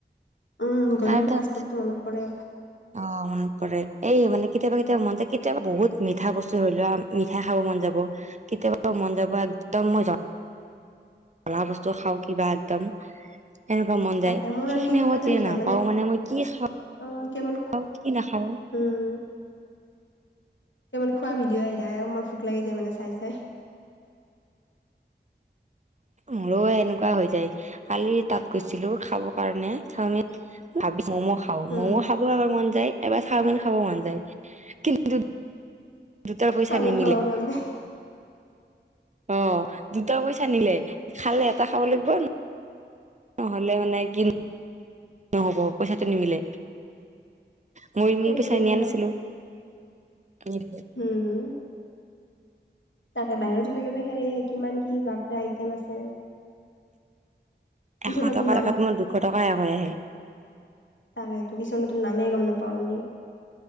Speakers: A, on the left; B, on the right.
A: উম
B: তাৰপিছত
A: গধূলি ফাষ্ট ফুডটো মনত পৰে
B: অ মনত পৰে এই মানে কেতিয়াবা কেতিয়াবা মন যায় কেতিয়াবা বহুত মিঠা বস্তু ধৰি লোৱা মিঠাই খাব মন যাব। কেতিয়াবা মন যাব একদম মই জ্বলা বস্তু খাওঁ কিবা একদম এনেকুৱা মন
A: তাকে
B: যায়
A: মোৰ
B: সেইখিনি
A: আৰু ইনষ্টা
B: সময়ত
A: চাই
B: তেতিয়া
A: চাই
B: নাপাও মানে মই কি খাওঁ
A: অ কেৱল
B: অ কি নাখাওঁ
A: উম কেৱল খোৱা ভিডিঅ' আহি থাকে মোৰ ভোক লাগি যায় মানে চাই চাই
B: মোৰো এনেকুৱা হৈ যায় কালি তাত গৈছিলো খাব কাৰণে চাওমিন ভাবিছো ম'ম খাওঁ
A: উম
B: ম'ম খাব আৰ মন যায় এবাৰ চাওমীন খাব মন যায় কিন্তু দুটা পইচা
A: চাওমিন
B: নিমিলে
A: খাব মন যায়।
B: অ দুটা পইচা নিমিলে খালে এটা খাব লাগিব নহ'লে মানে কিন নহ'ব পইচাটো নিমিলে মই ইমান
A: সেইটোয়ে
B: পইচা নিয়া
A: আৰু
B: নাছিলো আনি দিলে
A: উম তাকে বাহিৰলে গ'লে হেৰি কিমান কি বাপৰে আইটিয়েম আছে কিছুমানতো
B: এশ টকাৰ
A: নাম
B: জেগাত মোৰ দুশ টকা শেষ হৈ আহে
A: তাকে তো কিছুমানতো নামেই গম নাপাওঁ আমি